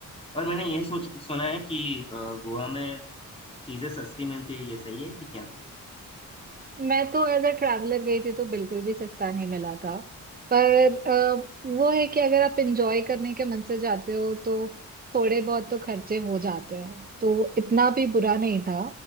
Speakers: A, on the left; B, on the right.
A: और मैंने ये सोच सुना है कि अ, गोवा में चीजें सस्ती मिलती है ये सही है कि क्या
B: मैं तो एज अ ट्रैवलर गई थी तो बिल्कुल भी सस्ता नहीं मिला था पर अ, वो है कि अगर आप इंजॉय करने के मन से जाते हो तो थोड़े बहुत तो खर्चे हो जाते हैं तो इतना भी बुरा नहीं था